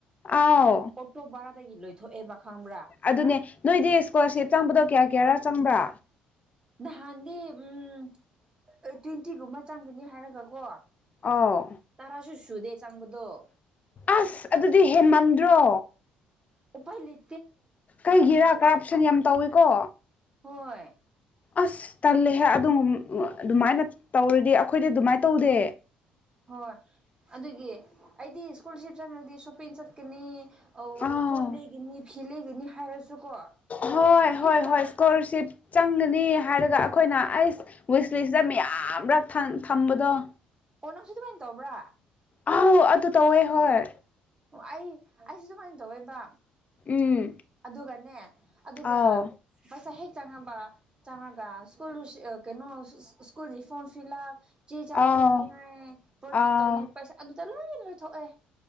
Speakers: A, on the left; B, on the right.
A: ꯑꯥꯎ
B: ꯑꯣꯇꯣ ꯚꯔꯥꯗꯒꯤ ꯂꯣꯏ ꯊꯣꯛꯑꯦꯕ ꯈꯪꯕ꯭ꯔꯥ
A: ꯑꯗꯨꯅꯦ ꯅꯣꯏꯗꯤ ꯏꯁꯀꯣꯂꯥꯔꯁꯤꯞ ꯆꯪꯕꯗꯣ ꯀꯌꯥ ꯀꯌꯥꯔ ꯆꯪꯕ꯭ꯔꯥ
B: ꯅꯍꯥꯟꯗꯤ ꯎꯝ ꯇ꯭ꯋꯦꯟꯇꯤꯒꯨꯝꯕ ꯆꯪꯒꯅꯤ ꯍꯥꯏꯔꯒ ꯀꯣ
A: ꯑꯥꯎ
B: ꯇꯔꯥꯁꯨ ꯁꯨꯗꯦ ꯆꯪꯕꯗꯣ
A: ꯑꯁ ꯑꯗꯨꯗꯤ ꯍꯦꯟ ꯃꯝꯗ꯭ꯔꯣ
B: ꯎꯄꯥꯏꯂꯩ
A: ꯀꯩꯒꯤꯔꯥ ꯀꯔꯞꯁꯟ ꯌꯥꯝ ꯇꯧꯏꯀꯣ
B: ꯍꯣꯏ
A: ꯑꯁ ꯇꯜꯂꯦꯍꯦ ꯑꯗꯨꯝ ꯑꯗꯨꯃꯥꯏꯅ ꯇꯧꯔꯗꯤ ꯑꯩꯈꯣꯏꯗꯤ ꯑꯗꯨꯃꯥꯏꯅ ꯇꯧꯗꯦ
B: ꯍꯣꯏ ꯑꯗꯨꯒꯤ ꯑꯩꯗꯤ ꯁ꯭ꯀꯨꯜꯁꯤꯞ ꯆꯪꯈ꯭ꯔꯗꯤ ꯁꯣꯄꯦꯟ ꯆꯠꯀꯅꯤ ꯑꯧ
A: ꯑꯥꯎ
B: ꯐꯣꯟ ꯂꯩꯒꯅꯤ ꯐꯤ ꯂꯩꯒꯅꯤ ꯍꯥꯏꯔꯁꯨꯀꯣ
A: ꯍꯣꯏ ꯍꯣꯏ
B: ꯍꯦꯛ ꯆꯪ
A: ꯍꯣꯏ ꯏꯁ꯭ꯀꯣꯂꯔꯁꯤꯞ
B: ꯆꯪ
A: ꯆꯪꯒꯅꯤ ꯍꯥꯏꯔꯒ ꯑꯩꯈꯣꯏꯅ ꯑꯩꯁ ꯋꯤꯁꯂꯤꯁꯗ ꯃꯌꯥꯝꯔꯛ ꯊꯝ ꯊꯝꯕꯗꯣ
B: ꯑꯣ ꯅꯪ ꯁꯨꯗꯨꯃꯥꯏ ꯇꯧꯕ꯭ꯔꯥ
A: ꯑ ꯑꯗꯨ ꯇꯧꯋꯦ ꯍꯣꯏ
B: ꯑꯣ ꯑꯩ ꯑꯩꯁꯨ ꯑꯗꯨꯨꯃꯥꯏꯅ ꯇꯧꯋꯦꯕ
A: ꯎꯝ
B: ꯑꯗꯨꯒꯅꯦ ꯑꯗꯨꯒ
A: ꯑꯥꯎ
B: ꯄꯩꯁꯥ ꯍꯦꯛ ꯆꯪꯉꯕ ꯆꯪꯉꯒ ꯁ꯭ꯀꯨꯜ ꯀꯩꯅꯣ ꯁ꯭ꯀꯨꯜꯒꯤ ꯐꯣꯔꯝ ꯐꯤꯜ ꯑꯞ ꯆꯦ ꯆꯥꯡ
A: ꯑꯥꯎ
B: ꯂꯩꯅꯤꯡꯉꯥꯏ ꯄ꯭ꯔꯣꯖꯦꯛ
A: ꯑꯥꯎ
B: ꯇꯧꯅꯤꯡꯉꯥꯏ ꯄꯩꯁꯥ ꯑꯗꯨꯗ ꯂꯣꯏ ꯂꯣꯏꯊꯣꯛꯑꯦ